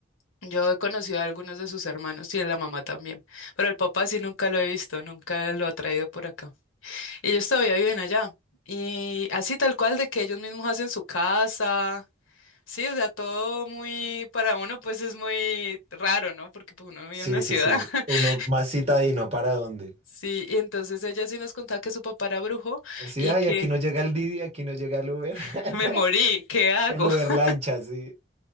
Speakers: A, on the left; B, on the right.
A: yo he conocido a algunos de sus hermanos y a la mamá también, pero el papá sí nunca lo he visto, nunca lo ha traído por acá. Ellos todavía viven allá. Y así tal cual de que ellos mismos hacen su casa. Sí, o sea, todo muy, para uno pues es muy raro, ¿no? Porque pues, uno vive
B: Sí,
A: en una
B: sí,
A: ciudad.
B: sí.
A: <laughs>
B: Uno más citadino para dónde.
A: Sí, y entonces ella sí nos contaba que su papá era brujo
B: Así,
A: y
B: ay,
A: que
B: aquí no llega el Didi, aquí no llega el Uber. <laughs>
A: <laughs> me morí, ¿qué hago?
B: El Uber
A: <laughs>
B: lancha, sí.